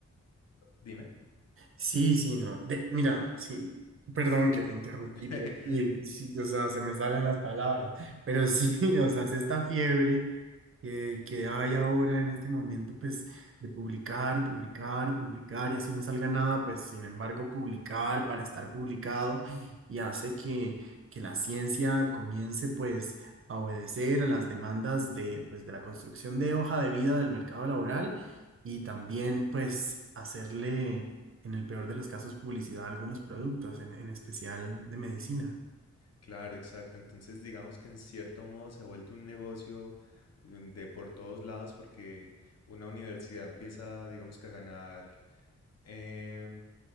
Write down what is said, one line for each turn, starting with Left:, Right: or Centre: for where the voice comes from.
Left: Dime.
Right: Sí, sí, no. De, mira, sí, perdón que te interrumpí,
Left: <laughs>
Right: pero sí, sí, o sea, se me salen las palabras, pero sí, <laughs> o sea, es esta fiebre que, que hay ahora en este momento, pues, de publicar y publicar y publicar y así no salga nada, pues, sin embargo, publicar para estar publicado y hace que, que la ciencia comience, pues, a obedecer a las demandas de, pues, de la construcción de hoja de vida del mercado laboral y también, pues, hacerle, en el peor de los casos, publicidad a algunos productos, en, en especial de medicina.
Left: Claro, exacto. Entonces, digamos que en cierto modo se ha vuelto un negocio mm, de por todos lados porque una universidad empieza, digamos que a ganar em,